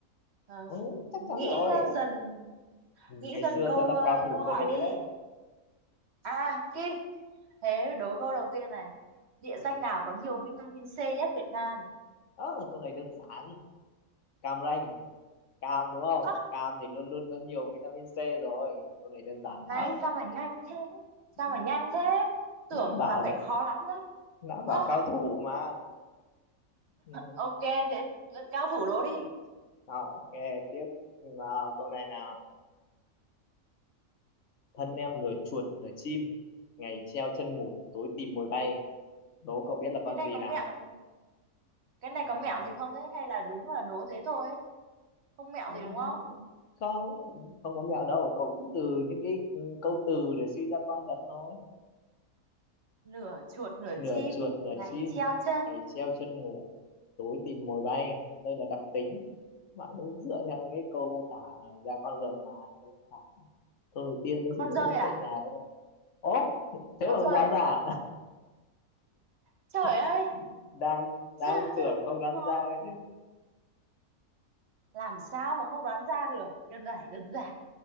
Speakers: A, on the right; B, on the left.
A: Ờ,
B: ừ, chắc chắn
A: nghĩ
B: rồi.
A: ờ, dần,
B: Ừ,
A: nghĩ
B: Ngày
A: dần
B: xưa
A: câu
B: tớ là
A: ờ,
B: cao thủ
A: câu hỏi
B: câu đối
A: đi.
B: đấy.
A: À, Ki, thế đố câu đầu tiên này. Địa
B: Yeah.
A: danh nào có nhiều vitamin C nhất Việt Nam?
B: Ờ, câu này đơn giản. Cam ranh, cam đúng không?
A: Ơ,
B: Cam thì luôn luôn có nhiều vitamin C rồi. Câu này đơn giản
A: này
B: đó.
A: sao mà nhanh thế? Sao
B: Ừ,
A: mà nhanh thế? Tưởng
B: Đã bảo
A: là
B: là
A: phải khó lắm đâu.
B: đã
A: Ơ,
B: bảo cao thủ mà. Ừ.
A: ok thế cao thủ đố đi
B: Đó, ok, tiếp. Ừ, nào, câu này nào. thân em nửa chuột nửa chim ngày treo chân ngủ tối tìm mồi bay đố cậu biết là con
A: cái này
B: gì
A: có
B: nào
A: mẹo gì không cái này
B: ừ.
A: có mẹo gì không thế hay là đúng là đố thế thôi ấy? không mẹo
B: Ừ,
A: gì đúng không
B: không không có mẹo đâu cậu cứ từ những cái ừ, câu từ để suy ra con vật thôi
A: nửa chuột nửa
B: nửa
A: chim
B: chuột nửa
A: ngày
B: chim
A: treo chân
B: ngày treo chân ngủ tối tìm mồi bay đây là đặc tính bạn cứ dựa theo những cái câu mô tả ra con vật mà Thế không phải. câu đầu tiên mới
A: con
B: chỉ đố
A: dơi à
B: dạy nhà cái thôi ố thế
A: con
B: mà không
A: dơi
B: đoán
A: à?
B: ra à?
A: trời ơi
B: <laughs> đang đang
A: dơi với dơi
B: tưởng không đoán
A: khó
B: ra cái chứ
A: làm sao mà không đoán ra được đơn giản đơn giản